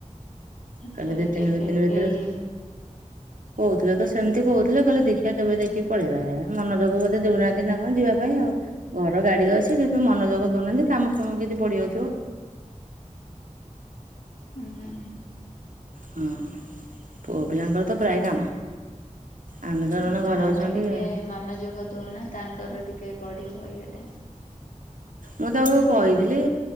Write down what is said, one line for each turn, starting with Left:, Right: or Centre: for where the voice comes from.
Left: ତଥାପି
Right: କହିଲେ ଦି ତିନି
Left: କେବେ
Right: ଦି ତିନି ଭିତରେ
Left: ଏଇ
Right: କହୁଥିଲେ ତ ସେ ସେମିତି କହୁଥିଲେ କହିଲେ ଦେଖିବା କେବେ ଦେଖି ପଳେଇବା ଏ ମନୋଯୋଗ ବୋଧେ ଦଉନାହାନ୍ତି ନା କଣ ଯିବା ପାଇଁ ଆଉ ଘର ଗାଡି ଅଛି କିନ୍ତୁ ମନୋଯୋଗ ଦଉନାହାନ୍ତି କାମ ଫାମ କିଛି ପଡିଯାଉଥିବ
Left: ହୁଁ
Right: ହଁ ପୁଅ ପିଲାଙ୍କର ତ ପ୍ରାୟ କାମ ଆମେ ତ ଜଣେ
Left: ହ
Right: ଘରେ
Left: ତମେ
Right: ଅଛନ୍ତି
Left: ଟିକେ ମନଯୋଗ ଦଉନା ତାଙ୍କର ଟିକେ ବଢିବ ଇଏଟା
Right: ମୁଁ ତାକୁ କହିଥିଲି